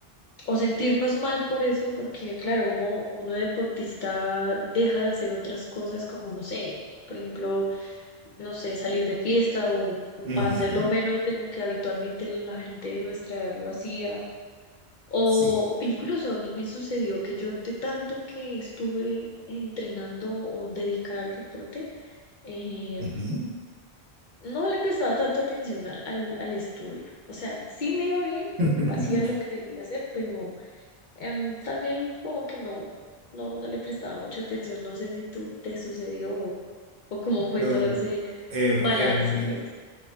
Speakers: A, on the left (about 60°); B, on the right (about 60°).
A: o sentirnos mal por eso, porque claro, uno, uno deportista deja de hacer otras cosas como, no sé, por ejemplo, no sé, salir de fiesta o
B: Ujú,
A: hacerlo menos de lo que habitualmente la gente de nuestra edad lo hacía. O
B: Sí.
A: incluso a mí me sucedió que yo de tanto que estuve entrenando o dedicada al deporte, eh,
B: ujú.
A: no le prestaba tanta atención al, al, al estudio. O sea, sí me iba bien,
B: <laughs>
A: hacía lo que debía hacer, pero Em, también como que no, no, no le prestaba mucha atención, no sé si tú te sucedió o, o cómo fue
B: No,
A: todo ese
B: En,
A: balance,
B: en mi
A: pues.